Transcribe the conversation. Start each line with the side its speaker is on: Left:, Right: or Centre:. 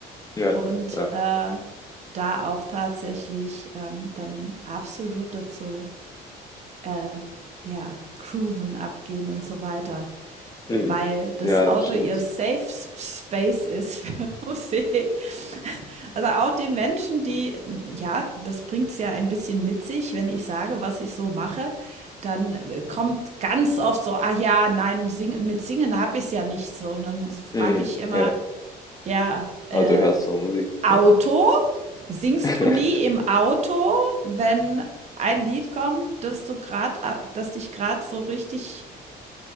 Left: Ja,
Right: und
Left: ja.
Right: äh, da auch tatsächlich ähm, dann absolut dazu äh, ja, grooven, abgehen und so weiter
Left: Mhm.
Right: weil das
Left: Ja,
Right: Auto
Left: das stimmt.
Right: ihr Safe Space ist für <laughs> Musik. Also auch die Menschen, die, ja, das bringt es ja ein bisschen mit sich, wenn ich sage, was ich so mache, dann äh, kommt ganz oft so, ah ja, nein, sing, mit Singen habe ich es ja nicht so. Und dann frage
Left: Mhm.
Right: ich immer,
Left: Ja.
Right: ja, äh,
Left: Also du hörst so Musik.
Right: Auto?
Left: Ja,
Right: Singst
Left: <laughs>
Right: du nie im Auto, wenn ein Lied kommt, das du gerade, das dich gerade so richtig